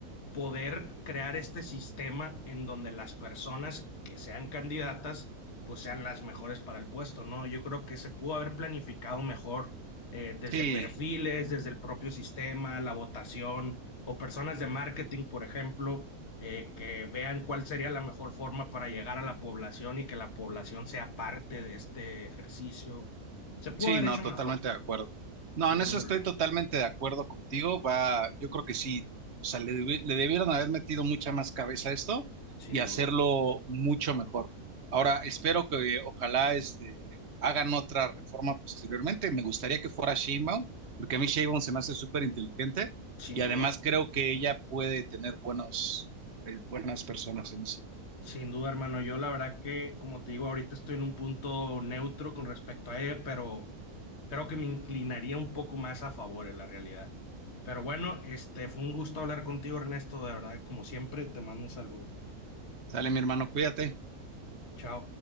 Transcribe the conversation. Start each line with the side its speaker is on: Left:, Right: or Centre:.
Left: poder crear este sistema en donde las personas que sean candidatas, pues sean las mejores para el puesto, ¿no? Yo creo que se pudo haber planificado mejor eh, desde
Right: Sí.
Left: perfiles, desde el propio sistema, la votación, o personas de marketing, por ejemplo, eh, que vean cuál sería la mejor forma para llegar a la población y que la población sea parte de este ejercicio. Se pudo
Right: Sí,
Left: haber
Right: no,
Left: hecho
Right: totalmente
Left: mejor,
Right: de acuerdo. No,
Left: sin
Right: en eso
Left: duda
Right: estoy
Left: alguna,
Right: totalmente de acuerdo contigo. Va, yo creo que sí, o sea, le, debi- le debieron haber metido mucha más cabeza a esto
Left: sin
Right: y hacerlo
Left: duda,
Right: mucho mejor. Ahora, espero que eh, ojalá este, hagan otra reforma posteriormente. Me gustaría que fuera Sheinbaum, porque a mí Sheinbaum se me hace súper inteligente
Left: sin
Right: y además
Left: duda.
Right: creo que ella puede tener buenos, eh, buenas personas en eso.
Left: Sin duda, hermano. Yo la verdad que, como te digo, ahorita estoy en un punto neutro con respecto a ella, pero creo que me inclinaría un poco más a favor en la realidad. Pero bueno, este fue un gusto hablar contigo, Ernesto. De verdad, como siempre, te mando un saludo.
Right: Sale, mi hermano, cuídate.
Left: Chao.